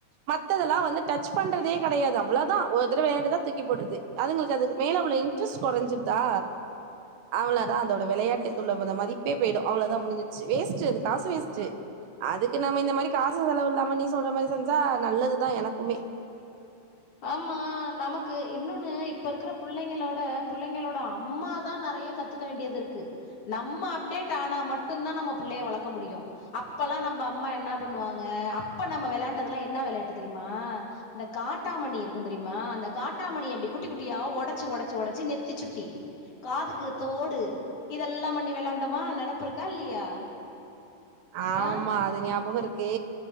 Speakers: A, on the right (about 80°); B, on the left (about 50°).
A: மத்ததெல்லாம் வந்து டச் பண்றதே கிடையாது அவ்வளோ தான் ஒரு தடவ விளையாட்டு தா தூக்கி போட்டுருது அதுங்களுக்கு அது மேல உள்ள இ இன்டுரஸ்ட்டு குறைஞ்சிருதா அவளதான் அதோட விளையாட்டுக்குள்ள வந்த மதிப்பே போயிடும் அவளதான் முடிஞ்சச்சு வேஸ்ட் அது காசு வேஸ்டு அதுக்கு நம்ம இந்த மாதிரி காசு செலவு இல்லாம நீ சொல்ற மாதிரி செஞ்சா நல்லதுதான் எனக்குமே
B: ஆமா நமக்கு இன்னொன்னு இப்ப இருக்கிற பிள்ளைங்களோட பிள்ளைங்களோட அம்மா தான் நிறைய கத்துக்க வேண்டியது இருக்கு நம்ம அப்டேட் ஆனா மட்டும்தான் நம்ம பிள்ளைய வளக்க முடியும் அப்பல்லாம் நம்ம அம்மா என்ன பண்ணுவாங்க அப்ப நம்ம விளையாண்டதெல்லாம் என்ன விளையாட்டு தெரியுமா இந்த காட்டு இருக்கு தெரியுமா அந்த காட்டாமணி அப்படி குட்டி குட்டியா உடைச்சு உடைச்சு உடைச்சு நெத்தி சுட்டி காதுக்கு தோடு இதெல்லாம் பண்ணி விளாண்டமா நினப்புருக்கா இல்லையா
A: ஆமா
B: ஆ
A: அ அது ஞாபகம் இருக்கு